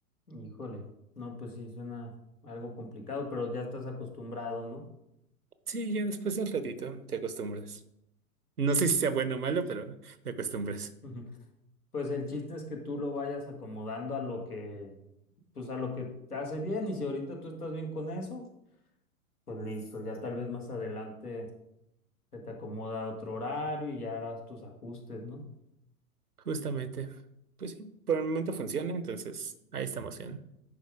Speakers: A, on the left; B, on the right.
A: híjole, no, pues sí, suena algo complicado, pero ya estás acostumbrado, ¿no?
B: Sí, ya después de un ratito te acostumbras. No sé si sea bueno o malo, pero te acostumbras.
A: Ujú. Pues el chiste es que tú lo vayas acomodando a lo que, pues a lo que te hace bien y si ahorita tú estás bien con eso, pues listo, ya tal vez más adelante se te acomoda otro horario y ya harás tus ajustes, ¿no?
B: Justamente. Pues sí, por el momento funciona, entonces ahí estamos bien.